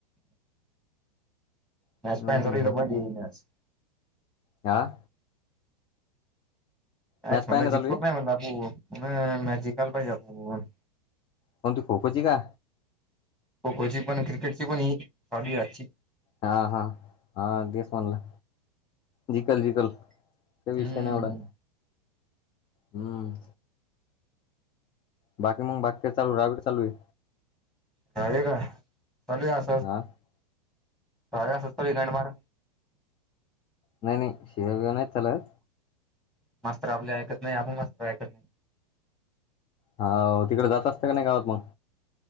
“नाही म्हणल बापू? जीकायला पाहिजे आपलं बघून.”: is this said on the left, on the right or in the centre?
Centre